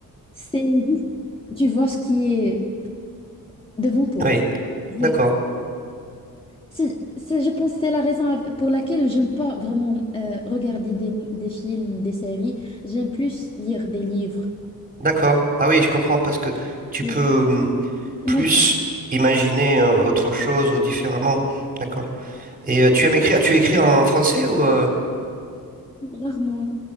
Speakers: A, on the left; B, on the right.
A: c'est juste, tu vois ce qui est devant toi.
B: Oui,
A: Je,
B: d'accord,
A: C'est- c'est- je pense que c'est la raison av- pour laquelle j'aime pas vraiment euh, regarder des, des films, des séries. J'aime plus lire des livres.
B: d'accord. Ah oui, je comprends parce que tu
A: Mais
B: peux hum,
A: Imagine,
B: plus imaginer euh, autre chose ou différemment. D'accord. Et euh, tu aimes écrire, tu écris en français ou euh,
A: rarement.